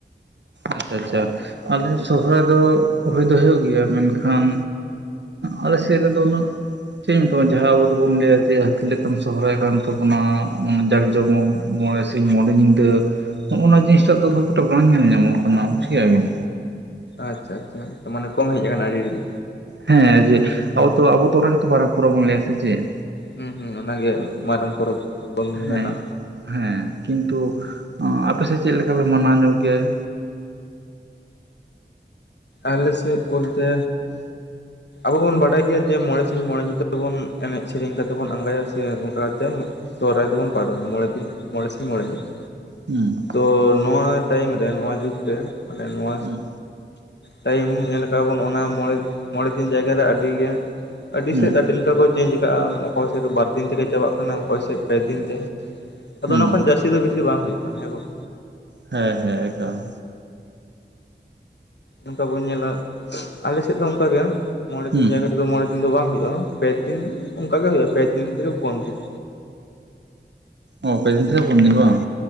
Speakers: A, on the right; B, on the left.
A: ᱟᱪᱪᱷᱟ ᱟᱪᱪᱷᱟ ᱟᱞᱮ ᱥᱚᱦᱨᱟᱭ ᱫᱚ ᱦᱳᱭ ᱫᱚ ᱦᱳᱭᱳᱜ ᱜᱮᱭᱟ ᱢᱮᱱᱠᱷᱟᱱᱼᱼ ᱟᱞᱮ ᱥᱮᱫ ᱨᱮᱫᱚ ᱩᱱᱟᱹᱜ ᱪᱮᱫ ᱤᱧ ᱢᱮᱛᱟ, ᱡᱟᱦᱟᱸ ᱟᱵᱚ ᱫᱚᱵᱚᱱ ᱞᱟᱹᱭᱟ ᱡᱮ ᱦᱟᱹᱛᱤ ᱞᱮᱠᱟᱱ ᱥᱚᱦᱨᱟᱭ ᱠᱟᱱ ᱛᱟᱵᱚᱱᱟ ᱚᱱᱟ ᱡᱟᱠ
B: ᱦᱩᱸ
A: ᱡᱚᱢᱚᱠ ᱢᱚᱬᱮ ᱥᱤᱧ -ᱢᱚᱬᱮ ᱧᱤᱫᱟᱹ, ᱦᱚᱜᱼᱚᱭ ᱱᱚᱣᱟ ᱡᱤᱱᱤᱥᱴᱟᱜ ᱫᱚ ᱠᱷᱩᱵ ᱮᱠᱴᱟ ᱵᱟᱝ ᱧᱮᱞ ᱧᱟᱢᱚᱜ ᱠᱟᱱᱟ ᱵᱩᱡᱽ ᱠᱮᱜᱼᱟ ᱵᱤᱱ᱾
B: ᱟᱪᱪᱷᱟ ᱟᱪᱪᱷᱟ, ᱢᱟᱱᱮ ᱠᱚᱢ ᱦᱮᱡ ᱠᱟᱱᱟ ᱟᱹᱰᱤ ᱨᱮᱜᱮ?
A: ᱦᱮᱸ ᱡᱮ ᱟᱵᱚ ᱛᱚ ᱟᱵᱚ ᱛᱚ ᱜᱮᱛᱚ ᱢᱟᱨᱟᱝ ᱯᱚᱨᱚᱵ ᱵᱚᱱ ᱞᱟᱹᱭᱟ ᱥᱮ ᱪᱮᱫ?
B: ᱦᱩᱸ ᱦᱩᱸ, ᱚᱱᱟᱜᱮ ᱢᱟᱨᱟᱝ ᱯᱚᱨᱚᱵᱽ᱾ ᱵᱚᱱ
A: ᱦᱮᱸ
B: ᱢᱮᱱᱟ
A: ᱦᱮᱸ, ᱠᱤᱱᱛᱩ ᱟᱯᱮ ᱥᱮᱫ ᱪᱮᱫ ᱞᱮᱠᱟ ᱯᱮ ᱢᱟᱱᱟᱣ ᱧᱚᱜ ᱜᱮᱭᱟ?
B: ᱟᱞᱮ ᱥᱮᱫ ᱵᱚᱞᱛᱮ ᱟᱵᱚ ᱵᱚᱱ ᱵᱟᱰᱟᱭ ᱜᱮᱭᱟ ᱡᱮ ᱢᱚᱬᱮ ᱥᱤᱧ-ᱢᱚᱬᱮ ᱧᱤᱫᱟᱹᱵᱚᱱ ᱮᱱᱮᱡ ᱥᱮᱨᱮᱧ ᱠᱟᱛᱮᱫ ᱵᱚᱱ ᱟᱸᱜᱟᱭᱟ ᱥᱮ ᱱᱚᱝᱠᱟ ᱠᱟᱛᱮ ᱥᱚᱦᱚᱨᱟᱭ ᱫᱚᱵᱚᱱ ᱯᱟᱨᱚᱢᱟ᱾ ᱢᱚᱬᱮ ᱫᱤᱱ ᱢᱚᱬᱮ ᱥᱤᱧ ᱢᱚᱬᱮ ᱧᱤᱫᱟᱹ᱾
A: ᱦᱩᱸ᱾
B: ᱛᱚ ᱱᱚᱣᱟ ᱴᱟᱭᱤᱢ ᱨᱮ ᱱᱚᱣᱟ ᱡᱩᱜᱽ ᱨᱮ ᱢᱟᱱᱮ ᱱᱚᱣᱟ
A: ᱦᱩᱸ
B: ᱴᱟᱭᱤᱢ ᱧᱮᱞ ᱠᱟᱜᱟᱵᱚᱱ, ᱚᱱᱟ ᱢᱚᱬᱮ ᱫᱤᱱ ᱡᱟᱭᱜᱟ ᱨᱮ ᱟᱹᱰᱤ ᱜᱮ ᱟᱹᱰᱤ
A: ᱦᱩᱸ
B: ᱥᱮᱫ ᱟᱹᱰᱤ ᱞᱮᱠᱟ ᱠᱚ ᱪᱮᱧᱡᱽ ᱟᱠᱟᱜᱼᱟ᱾ ᱚᱠᱚᱭ ᱥᱮᱫ ᱫᱚ ᱵᱟᱨ ᱫᱤᱱ ᱛᱮᱜᱮ ᱪᱟᱵᱟᱜ ᱠᱟᱱᱟ ᱚᱠᱚᱭ ᱥᱮᱫ ᱯᱮ ᱫᱤᱱ ᱛᱮ? ᱟᱫᱚ
A: ᱦᱩᱸ
B: ᱚᱱᱟ ᱠᱷᱚᱱ ᱡᱟᱹᱥᱛᱤ ᱫᱚ ᱵᱮᱥᱤ ᱵᱟᱝ ᱦᱩᱭᱩᱜ ᱠᱟᱱᱟ ᱦᱮᱸ ᱵᱟᱝ?
A: ᱦᱮᱸ ᱦᱮᱸ ᱮᱠᱟᱞ᱾
B: ᱚᱱᱠᱟ ᱵᱚᱱ ᱧᱮᱞᱟ ᱟᱞᱮ ᱥᱮᱫ ᱫᱚ ᱚᱱᱠᱟ ᱜᱮ ᱢᱚᱬᱮ
A: ᱦᱩᱸ
B: ᱫᱤᱱ ᱡᱟᱭᱜᱟ ᱨᱮᱫᱚ ᱢᱚᱬᱮ ᱫᱤᱱ ᱫᱚ ᱵᱟᱝ ᱦᱳᱭᱳᱼᱟ᱾ ᱯᱮ ᱫᱤᱱ ᱚᱱᱠᱟ ᱜᱮ ᱦᱳᱭᱳᱜᱼᱟ ᱯᱮ ᱫᱤᱱ ᱛᱷᱮᱠᱮ ᱯᱩᱱ ᱫᱤᱱ᱾
A: ᱚ ᱯᱮ ᱫᱤᱱ ᱛᱷᱮᱠᱮ ᱯᱳᱱ ᱫᱤᱱ ᱵᱟᱝ᱾